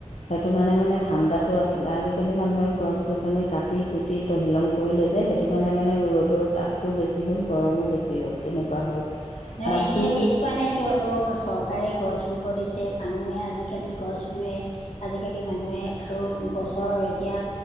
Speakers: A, on the left (about 70°); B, on the left (about 80°).
A: সেইটো কাৰণে মানে ঠাণ্ডাটো আছিলে। আজিকালি মানুহে গছ গছনি কাটি-কুটি কুটি-তহিলং কৰিলে যে, সেইটো কাৰণে মানে ৰ'দৰ তাপটোও বেছি হ'ল, গৰমো বেছি হ'ল, তেনেকুৱা হ'ল।
B: নহ,
A: বাকী
B: এতিয়া সেইটো কাৰণে <unintelligible> আকৌ চৰকাৰে গছ ৰুব দিছে, মানুহে আজিকালি গছ ৰুৱে। আজিকালি মানুহে আৰু গছৰ এতিয়া